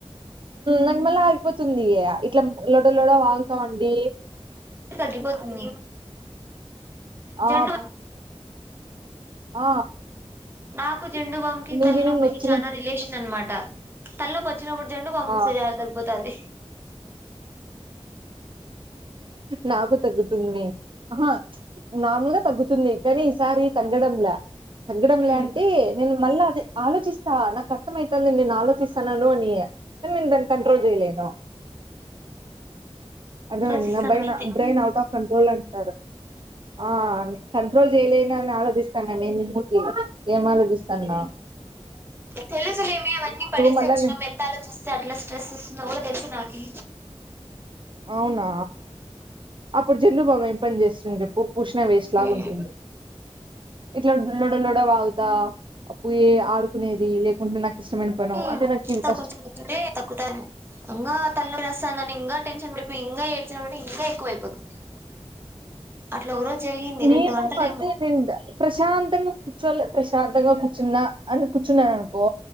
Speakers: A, on the right; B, on the right.
A: నాకు మళ్ళీ ఆగిపోతుంది ఇట్లా లోడో లోడో వాగుతాం అండి
B: అపోతుంది
A: ఆ
B: జండ
A: ఆ
B: నాకు జెండు బామ్కి
A: ఎందుకు
B: తలనొప్పికిి
A: పోయినా నువ్వు విను నొచ్చిన
B: చనా రిలేషన్ అనమాట తలనొప్పి వచ్చి వచ్చినపుడు జన్దుబ్లం
A: ఆ
B: పుస్తి చాలు తగిపోతాడి
A: నాకు తగ్గుతు ఆహా నార్మల్ గా తగ్గుతుంది కానీ ఈసారి తగ్గడంలా తగ్గడంలే
B: మ్
A: అంటే నేను మళ్ళా అ ఆలోచిస్తా నాకు అర్థం అయితంది నేను ఆలోచిస్తానను అని కానీ నేను దాని కంట్రోల్ చేయలేను అర్థమయింద
B: ఆలోచిస్తాను అయితే
A: నా బ్రెయిన్ ఔట్ ఆఫ్ కంట్రోల్ అంటారు ఆ కంట్రోల్ చేయలేనా అని ఆలోచిస్తాను నీ మూతి ఏం ఆలోపిస్తాన్నా
B: తెలుసులేమే అవన్నీ పడేస
A: మళ్ళా
B: వచ్చినాం
A: నే-
B: ఎంత ఆలోచిస్తే అట్లా స్ట్రెస్ ఇస్తుందో కూడా తెలుసు నాకు
A: అవునా అప్పుడు జన్దుబ్లం ఏం పని చేస్తుంది చెప్పు పషిన వేస్ట్ లాగా
B: మ్
A: ఉంటుంది ఇట్లా డల్లడల్లోడ వాగుతా పయే ఆడుకునేది లేకుంటే ఇష్టమైన పను
B: ఇ
A: అంటే నాకు ఇవి కష్టం
B: కొంచెం కొంచే తగ్గుతుంది ఇకా తల్లు రసాన ఇంకా టెన్షన్ పడిపోయి ఇంకా ఏడ్చినంట ఇంకా ఎక్కువయిపోతుంది అట్లా ఒక రోజు జరిగింది
A: నీను
B: రెండు గంటలేమో
A: మధ్య ప్రశాంతంగా కూర్చోలి ప్రశాంతంగా కూర్చున్నా అని కూర్చున్నా అనుకో